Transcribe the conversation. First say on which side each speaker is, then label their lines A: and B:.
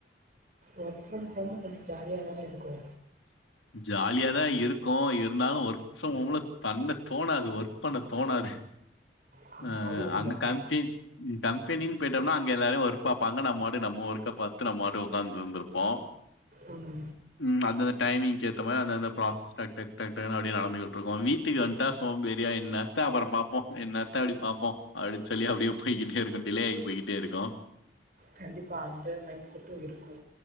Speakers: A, on the right; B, on the left.
A: ஒர்க் ஃப்ரம் ஹோமு கொஞ்ச ஜாலியா தானே இருக்கு
B: ஜாலியாதா இருக்கு இருந்தாலு ஒர்க் ஃப்ரம் ஹோம்ல தண்ண தோணாது ஒர்க் பண்ண தோணாது
A: ஆ
B: அ
A: அது உண்ம
B: அங்க காம்ச்சி கம்பெனின்னு போயிட்டோனா அங்க எல்லாரையு ஒர்க பாப்பாங்க நம்ம வந்து நம்ம ஒர்க்க பாத்து நம்ம வந்து உக்காந்து இருந்திருப்போ
A: ஆமா
B: ம் அந்த அந்த டைமிங்க்கு ஏத்த மாரி அந்த அந்த ப்ராசஸ் டக் டக் டக்னு அப்டியே நடந்துட்ருக்கு வீட்டுக்கு வந்ட்டா சோம்பேரியா என்ன த்த அப்புறோ பாப்போ என்னத்த அப்படி பாப்போ அப்டின்னு சொல்லி அப்டியே போய்கிட்டே இருக்கு டிலே ஆகி போய்கிட்டே இருக்கு <unintelligible> <inaudible>
A: கண்டிப்பா அந்த மைண்ட் செட்டு இருக்கு